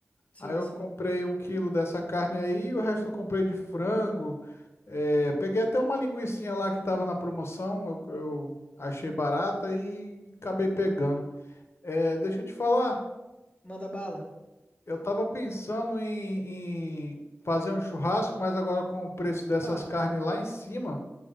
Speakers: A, on the left; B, on the left.
A: Sim,
B: Aí eu
A: sim.
B: comprei um quilo dessa carne aí e o resto eu comprei de frango. É, peguei até uma linguicinha lá que tava na promoção, eu, eu achei barata e acabei pegando. É, deixa eu te falar,
A: Manda bala.
B: eu tava pensando em, em fazer um churrasco, mas agora com o preço dessas
A: Pá.
B: carnes lá em cima.